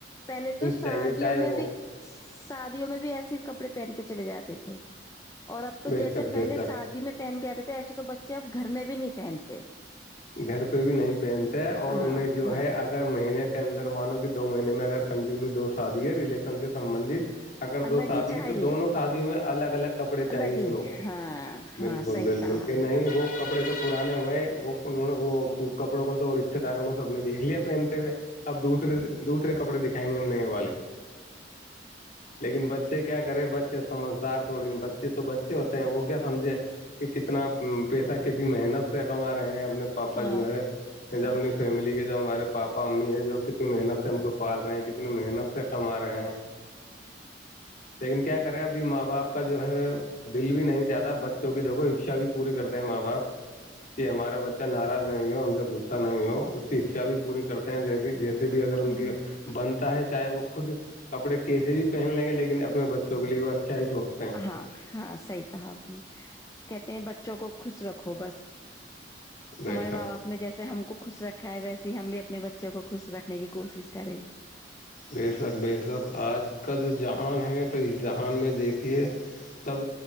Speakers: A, on the left; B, on the left.
A: پہلے تو شادیوں
B: چاہیے چاہے
A: میں
B: وہ
A: بھی شادیوں میں بھی ایسی کپڑے پہن کے چلے جاتے تھے <unintelligible> اور اب تو
B: بے
A: جیسے
B: شک بے
A: پہلے
B: شک
A: شادی میں پہن کے آتے تھے ایسے تو بچ <unintelligible> جب گھر میں بھی نہیں پہنتے <unintelligible>
B: گھر پہ بھی نہیں پہنتے اور انہیں
A: ہاں
B: جو
A: ہاں
B: ہے اگر مہینے کا اندر مانو کہ دو مہینے میں اگر کنٹینیو دو شادی ہے ریلیشن سے سبندت اگر
A: الگ
B: دو شادی
A: ہی چاہیے
B: تو دونوں شادی میں الگ الگ کپڑے چاہیے
A: الگ ہی
B: انوں کو
A: ہاں ہاں
B: بالکل
A: صحیح
B: بالکل
A: کہا
B: کہ نہیں وہ کپڑے تو پرانے ہو گئے وہ انہوں نے وہ کپڑوں کو تو رشتے داروں نے سب نے دیکھ لیا پہنتے ہوئے اب دوسرے دوسرے کپڑے دکھائیں گے ہم نئے والے لیکن بچے کیا کرے بچے سمجھدار تھوڑ بچے تو بچے ہوتے ہیں وہ کیا سمجھے کہ کتنا پیسہ کسی محنت سے کما رہے ہیں اپنے پاپا
A: ہاں
B: جو ہے جب اپنی فیملی کے جا ہمارے پاپا پپا امی ہے جو کتنی محنت سے ہم کو پال رہے ہیں کتنی محنت سے کما رہے ہیں لیکن کیا کرے ابھی ماں باپ کا جو ہے دل بھی نہیں چاہتا بچوں کی دیکھو اچھا بھی پوری کرتے ہیں ماں باپ کہ ہمارے بچ ناراض نہیں ہو ہم سے گصہ نہیں ہوچشا بھی پوری کرتے ہیں جی جیسے بھی اگر ان
A: ہوں،
B: کی بن ہے چاہے وہ خود کپڑے کیسے بھی پہن لیں گے لیکن اپنے بچوں کے لیے وہ اچھا ہی سوچتے ہیں
A: ہاں ہاں صحیح کہا آپ نے ہیں بچوں کو خوش رکھو بس
B: بے
A: ہمارے
B: شک
A: ماںاپ نے جیسے ہم کو خوش رکھا ہے ویسے ہم بھی اپنے بچوں کو خوش رکھنے کی کوشش کریں
B: بے شک بے شک آج کا جو جہان ہے تو اس جہان میں دیکھیے تب